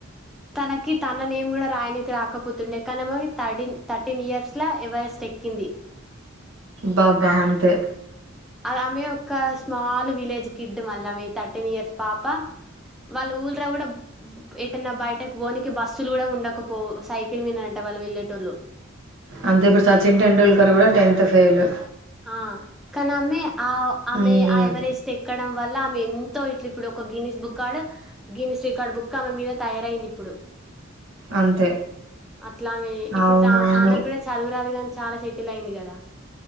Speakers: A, in the centre; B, on the right.
A: తనకి తన నేమ్ గూడ రాయనీకి రాకపోతుండే, కానామే థర్డీన్ థర్టీన్ ఇయర్స్లా ఎవరెస్ట్ ఎక్కింది.
B: బాబా హంతే
A: అది ఆమె ఒకా స్మాల్ విలేజ్ కిడ్ మల్లా ఆమె థర్టీన్ ఇయర్స్ పాపా వాళ్ళ ఊర్ల గూడా ఎటన్నా బయటక్ పోనికి బస్సులు గూడా ఉండకపోవు. సైకిల్ మీనే అంట వాళ్ళు వెళ్ళేటోళ్ళు.
B: అంతే ఇప్పుడు సచిన్ టెండుల్కర్ గూడా టెన్త్ ఫెయిలు.
A: ఆ కానామే ఆ ఆమె
B: మ్మ్
A: ఆ ఎవరెస్ట్ ఎక్కడం వల్లా ఆమె ఎంతో ఇట్లు ఇప్పుడు ఒక గిన్నీస్ బుక్క్కాడ, గిన్నీస్ రికార్డు బుక్ ఆమె మీద తయారయింది ఇప్పుడు.
B: అంతే
A: అట్లామే ఇప్పుడు
B: అవునవును
A: తాన్ తానకు గూడా చదువురాదు గాని చాలా సెటెల్ అయింది గదా.